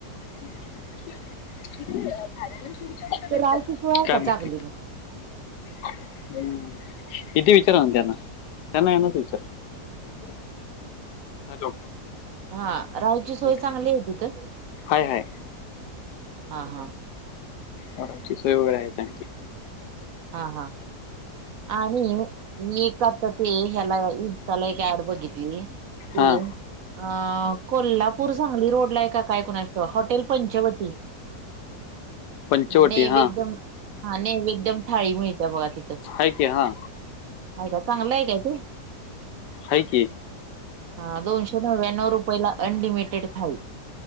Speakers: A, on the left (about 80°); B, on the right (about 65°).
A: <inaudible> <unintelligible>
B: राय पिकू आहे
A: काय
B: का
A: माहिती.
B: चांगली मग
A: हम्म इथे विचारा ना त्यांना, त्यांना यांनाच विचारा. हॅलो
B: हा राहूची सोय
A: हं.
B: चांगली आहे तिथं?
A: हाय हाय.
B: हा हा.
A: राहायची सोय वगैरे आहे चांगली.
B: हा हा आणि मी का त ते ह्याला त्याला एक ऍड बघितली, ती
A: हां.
B: अ कोल्हापूर सांगली रोड ला आहे का काय कुणास त हॉटेल पंचवटी
A: पंचवटी
B: नैवेद्यम
A: हां.
B: हा नैवेद्यम थाळी मिळते बघा तिथं, खायला
A: हाय की हां.
B: चांगलं आहे काय ते?
A: हाई कि.
B: हा दोनशे नव्याण्णव रुपयला अनलिमिटेड थाळी.